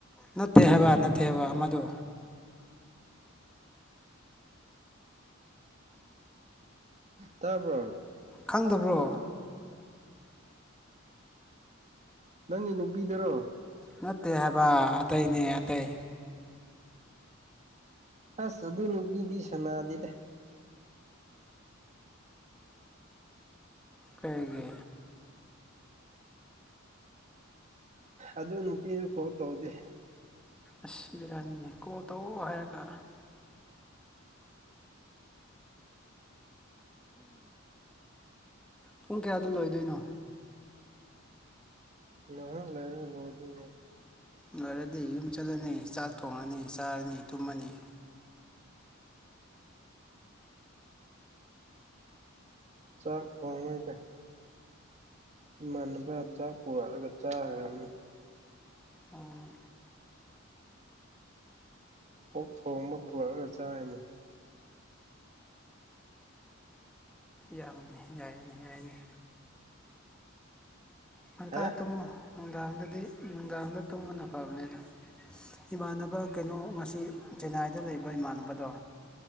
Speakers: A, in the centre; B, on the right.
A: ꯅꯠꯇꯦ ꯍꯥꯏꯕ ꯅꯠꯇꯦ ꯍꯥꯏꯕ ꯑꯃꯗꯣ꯫
B: ꯇꯕꯔꯣ꯫
A: ꯈꯪꯗꯕ꯭ꯔꯣ꯫
B: ꯅꯪꯒꯤ ꯅꯨꯄꯤꯗꯨꯔꯣ꯫
A: ꯅꯠꯇꯦ ꯍꯥꯏꯕ ꯑꯇꯩꯅꯦ ꯑꯇꯩ꯫
B: ꯑꯁ ꯑꯗꯨ ꯅꯨꯄꯤꯗꯤ ꯁꯅꯥꯗꯦꯗ꯫
A: ꯀꯩꯒꯤ꯫
B: ꯑꯗꯨ ꯅꯨꯄꯤꯗꯨ ꯀꯣ ꯇꯧꯗꯦ꯫
A: ꯑꯁ ꯕꯤꯔꯅꯤꯅꯦ ꯀꯣꯜ ꯇꯧꯑꯣ ꯍꯥꯏꯒ꯫ ꯄꯨꯡ ꯀꯌꯥꯗ ꯂꯣꯏꯗꯣꯏꯅꯣ꯫
B: ꯉꯍꯥꯛ ꯂꯥꯏꯔ ꯂꯣꯏꯗꯨꯏꯅꯦ꯫
A: ꯂꯣꯏꯔꯗꯤ ꯌꯨꯝ ꯆꯠꯂꯅꯤ ꯆꯥꯛ ꯊꯣꯡꯉꯅꯤ ꯆꯥꯔꯅꯤ ꯊꯨꯝꯃꯅꯤ꯫
B: ꯆꯥꯛ ꯊꯣꯡꯉꯔꯣꯏꯗ꯫ ꯏꯃꯥꯟꯅꯕ ꯆꯥꯛ ꯄꯨꯔꯛꯂꯒ ꯆꯥꯒꯔꯕꯅꯤ꯫
A: ꯎꯝ
B: ꯑꯣꯛ ꯊꯣꯡꯕ ꯄꯨꯔꯛꯒ ꯆꯥꯔꯤꯅꯤ꯫
A: ꯌꯥꯝꯅꯦ ꯌꯥꯏꯅꯦ ꯌꯥꯏꯅꯦ꯫ ꯉꯟꯇꯥ
B: ꯍꯥ
A: ꯇꯨꯝꯃꯨ ꯅꯨꯡꯗꯥꯡꯗꯗꯤ ꯅꯨꯡꯗꯥꯡꯗ ꯇꯨꯝꯕꯅ ꯐꯕꯅꯦꯗꯣ꯫ ꯏꯃꯥꯟꯅꯕ ꯀꯩꯅꯣ ꯉꯁꯤ ꯆꯦꯟꯅꯥꯏꯗ ꯂꯩꯕ ꯏꯃꯥꯟꯅꯕꯗꯣ꯫